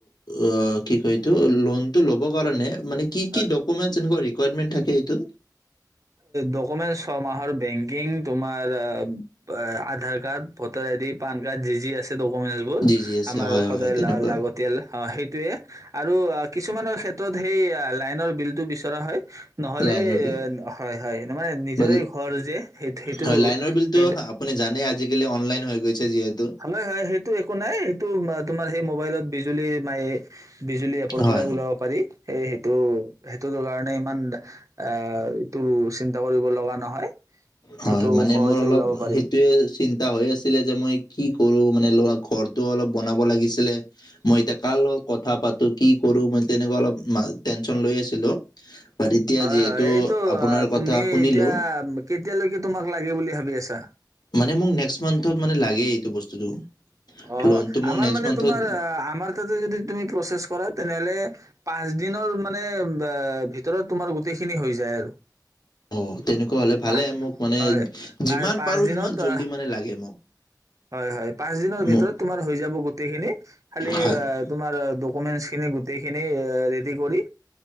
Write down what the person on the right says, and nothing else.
হয়
ডকুমেন্ ছয়মাহৰ বেংকিং তোমাৰ আ Aadhaar card voter ID PAN card যি যি আছে ডকোমেচ বোৰ
আমাৰ
সদায়
লা লাগতিয়াল হ সেইটোৱে আৰু কিছুমানৰ ক্ষে- ত সেই লাইনৰ বিল টো বিচৰা হয় নহলে
এ
হয় মানে নিজৰে
ঘৰ যে সেই সেইটো
সেই
আমাৰ সেইটো একো নাই তো তোমাৰ সেই মোবাইলত বিজুলী মায়ে বিজুলী এপৰ
পৰাই ওলাব পাৰি সেই সেইটো সেইটো কাৰণে ইমান আঁহ তোৰ চিন্তা কৰিব লগা নহয়
সেইটো
সহজে
ওলাব পাৰি।
হয়
হয় এইটো
তুমি
এতিয়া এতিয়ালৈকে তোমাক লাগে বুলি ভাবি আছা
অঁ
আমাৰ
মানে
তোমাৰ আমাৰ তাতে যদি তুমি প্ৰচেছ কৰা তেনেহলে পাঁচ দিনৰ মানে ভিতৰত তোমাৰ গোটেইখিনি হৈ যায় আৰু
পাহ
হয়। পাঁচ
পাঁচ
দিনত
আহ
হয় হয় পাচ দিনৰ ভিতৰত
তোমাৰ হৈ যাব গোটেইখিনি খালি
তোমাৰ এইেই খিনি ৰেডি কৰি